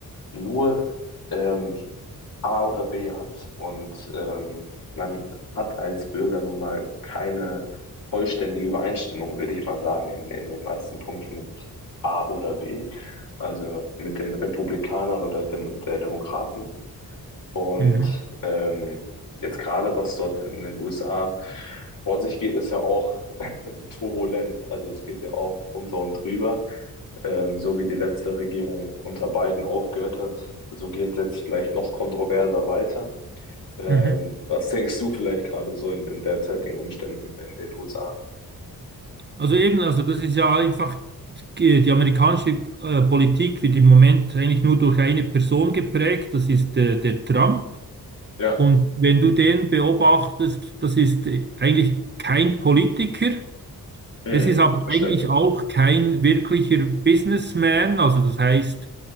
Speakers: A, on the left (about 60°); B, on the right (about 30°).
A: nur ähm, A oder B hat. Und ähm, man hat als Bürger nun mal keine vollständige Übereinstimmung, würde ich mal sagen, in, in den meisten Punkten mit A oder B, also mit den Republikanern oder Dem der Demokraten. Und
B: Mhm.
A: ähm, jetzt gerade, was dort in den USA vor sich geht, ist ja auch <laughs> turbulent. Also es geht ja auch unter und drüber. Ähm, so wie die letzte Regierung unter Biden aufgehört hat, so geht es jetzt vielleicht noch kontroverser weiter. Ähm,
B: Mhm.
A: was denkst du vielleicht gerade so in, in derzeitigen Umständen in den USA?
B: Also eben, also das ist ja einfach die, die amerikanische äh, Politik wird im Moment eigentlich nur durch eine Person geprägt, das ist äh, der Trump.
A: Ja,
B: Und wenn du den beobachtest, das ist äh, eigentlich kein Politiker.
A: hm,
B: Es ist aber
A: das
B: eigentlich
A: stimmt.
B: auch kein wirklicher Businessman. Also das heißt,